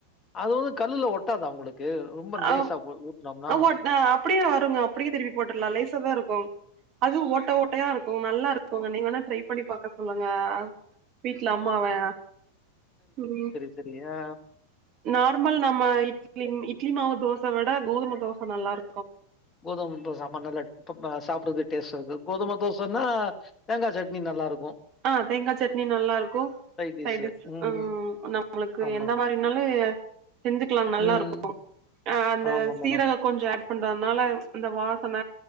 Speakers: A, on the left (about 25°); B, on the right (about 40°).
A: அது வந்து கல்லுல ஒட்டாதா உங்களுக்கு ரொம்ப லேசா
B: ஆ
A: போ- ஊத்துனோம்னா
B: ஒட் ஆ அப்டியே வருங்க அப்டியே திருப்பி போட்ருலா லேசாதா இருக்கு அது ஓட்ட ஓட்டையா இருக்கு நல்லா இருக்குங்க நீங்க வேணா ட்ரை பண்ணி பாக்க சொல்லுங்க வீட்ல அம்மாவயா, ம்
A: செரியா
B: நார்மல் நம்ம இட்லி இட்லி மாவு தோச விட கோதும தோச நல்லாருக்
A: கோதும தோச ஆமா நல்லா இருக்கு இப்ப சாப்ட்றதுக்கு டேஸ்ட்டா இருக்கு கோதும தோசன்னா தேங்கா சட்னி நல்லாருக்கு
B: ஆ தேங்கா சட்னி நல்லா இருக்கு
A: சைட் டிஷ்
B: சைடிஸ்
A: ம்
B: ஆ நம்மளுக்கு
A: ஆமா
B: எந்த மாரி வேணாலு செஞ்சுக்லா நல்லா
A: ம்
B: இருக்கு அ, அந்த
A: ஆமா
B: சீரகோ
A: மேடம்
B: கொஞ்சோ ஆட் பண்றதுனால அந்த வாசன